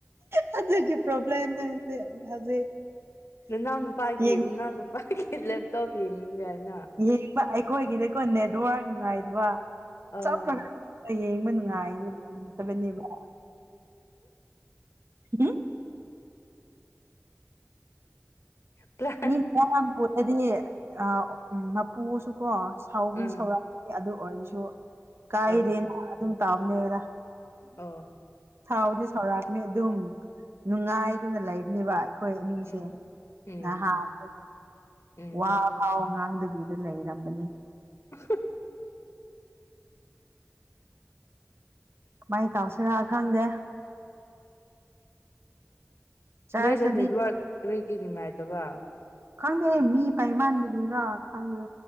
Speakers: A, on the right (about 50°); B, on the left (about 60°).
A: ꯍꯧꯖꯤꯛꯒꯤ ꯄꯣꯕꯂꯦꯝꯂꯦꯝꯁꯦ ꯍꯧꯖꯤꯛ
B: ꯅꯅꯥꯎ ꯅꯨꯄꯥꯒꯤ
A: ꯌꯦꯡ
B: ꯅꯅꯥꯎ ꯅꯨꯄꯥꯒꯤ ꯂꯦꯞꯇꯧꯧꯕ ꯌꯦꯡꯅꯤꯡꯕꯦ ꯍꯥꯏꯅ
A: ꯌꯦꯡꯕ ꯑꯩꯈꯣꯏꯒꯤꯗꯀꯣ ꯅꯦꯠꯋꯥꯔꯛ ꯅꯨꯡꯉꯥꯏꯗꯕꯞꯥ
B: ꯑꯥ
A: ꯌꯦꯡꯕ ꯅꯨꯡꯉꯥꯏꯇꯕꯅꯦꯕ ꯒꯤ
B: ꯄ꯭ꯂ
A: ꯃꯤ ꯃꯌꯥꯝ ꯄꯨꯔꯗꯤ ꯑ ꯎ ꯃꯄꯨꯁꯨ ꯀꯣ ꯁꯥꯎꯕꯤ
B: ꯑꯥ
A: ꯁꯧꯔꯛꯄꯅꯤ ꯑꯗꯨ ꯑꯣꯏꯔꯁꯨ ꯀꯥꯏꯗꯦꯅ
B: ꯑꯧ
A: ꯑꯗꯨꯝ ꯇꯧꯕꯅꯦꯅ
B: ꯑꯧ
A: ꯊꯥꯎꯗꯤ ꯁꯧꯔꯥꯛꯅꯤ ꯑꯗꯨꯝ ꯅꯨꯡꯉꯥꯏꯗꯅ ꯂꯩꯕꯅꯦꯕ ꯑꯩꯈꯣꯏ ꯑꯅꯤꯁꯦ
B: ꯎꯝ ꯎꯝ
A: ꯅꯍꯥꯟ
B: ꯎꯝ
A: ꯋꯥ ꯐꯥꯎ ꯉꯥꯡꯗꯕꯤꯗ ꯂꯩꯔꯝꯕꯅꯦ
B: ꯍ
A: ꯀꯃꯥꯏꯅ ꯇꯧꯁꯤꯔ ꯈꯪꯗꯦ ꯆꯔꯆꯇꯗꯤ
B: ꯅꯣꯏꯁꯦ ꯅꯦꯠꯋꯥꯔꯛ ꯀꯔꯤ ꯀꯔꯤ ꯅꯨꯡꯉꯥꯏꯇꯕ
A: ꯈꯪꯗꯦ ꯃꯤ ꯄꯥꯏꯃꯥꯟꯕꯒꯤꯔ ꯈꯪꯗꯦ